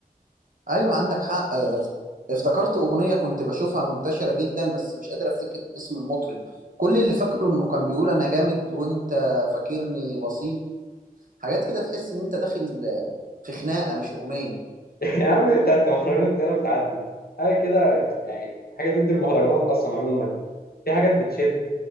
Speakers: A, on the right; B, on the left.
A: ايوه عندك حق آه، افت- افتكرت اغنيه كنت بشوفها منتشره جدا بس مش قادر افتكر اسم المطرب كل اللي فاكره انه كان بيقول انا جامد وانت فاكرني بسيط حاجات كده تحس ان انت داخل آه، في خناقه مش اغنيه
B: <laughs> يا عم دي بتاعت مهرجانات الطيارة بتعدي حاجة كده يعني حاجة ضد المهرجانات أصلا عموما في حاجات بتشد